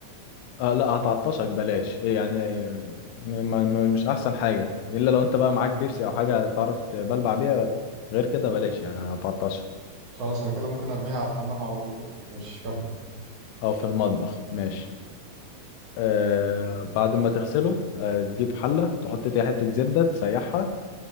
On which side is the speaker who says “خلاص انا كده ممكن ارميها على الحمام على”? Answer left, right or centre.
Right